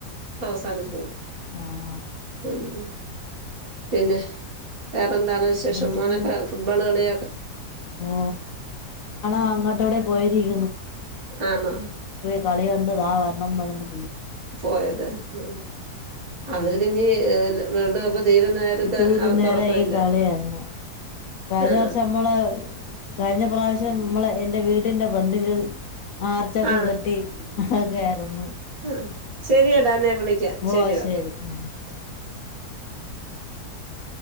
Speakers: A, on the right (about 60°); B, on the left (about 65°).
A: ന്താലും പോവും
B: ആ
A: ഉം പിന്നെ ഏ എന്ന വിശേഷം
B: വീട്ടില്
A: മോനൊക്കെ ഫുട്ബോള് കളി
B: ഓ ഞ്ഞിട്ട് പോയി
A: ആണോ
B: കളകണ്ട് ദാ വരണം പറയ്ന്ന്
A: പോയത് ഹ് അവര് തന്നെ എ വേൾഡ് കപ്പ് തീരുന്നവർക്ക്
B: തീരു
A: അവർക്ക്
B: നേരം
A: ഉറക്കമില്ല
B: ഈ കളിയെന്നെ കഴിഞ്ഞ
A: ആ
B: വർഷം മ്മള് കഴിഞ്ഞ പ്രാവശ്യം മ്മള് എന്റെ വീടിന്റെ ഫ്രണ്ടില് ആർച്ചൊക്കെ
A: ആ
B: കെട്ടി ഹ് ക്കെര്ന്നു
A: ആ ശരിയടാ എന്ന ഞാൻ വിളിക്കാ ശരി
B: ഓ
A: ഓക്കെ.
B: ഉം
A: <unintelligible>